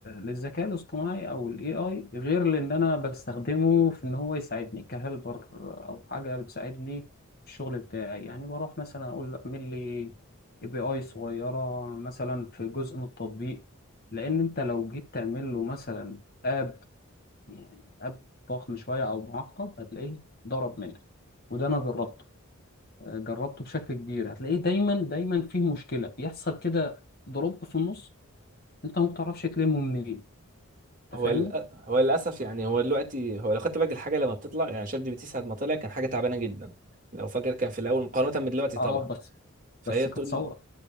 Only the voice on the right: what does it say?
هو
للأ- هو للاسف يعني هو دلوقتي هو لو خدت بالك الحاجه لما بتطلع يعني شات جي بي تي ساعه ما طلع كان حاجه تعبانه جدا لو فاكر كان في الاول مقارنه من دلوقتي
طبعا
فهي
تقول